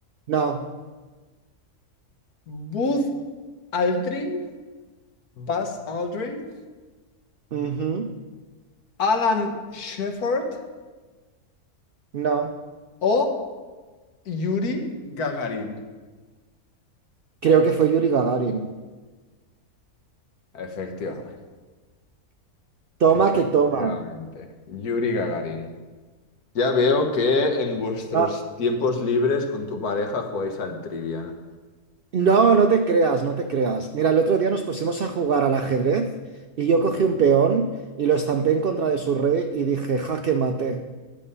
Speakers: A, on the right; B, on the left.
A: No,
B: Buzz Aldrin, Buzz Aldrin,
A: ujú,
B: Alan Shepard
A: no,
B: o Yuri Gagarin.
A: creo que fue Yuri Gagarin.
B: Efectivamente,
A: Toma
B: efectivamente.
A: que toma.
B: Yuri Gagarin. Ya veo que en vuestros
A: Ah,
B: tiempos libres con tu pareja jugáis al Trivial.
A: no, no te creas, no te creas. Mira, el otro día nos pusimos a jugar al ajedrez y yo cogí un peón y lo estampé en contra de su rey y dije, jaque mate.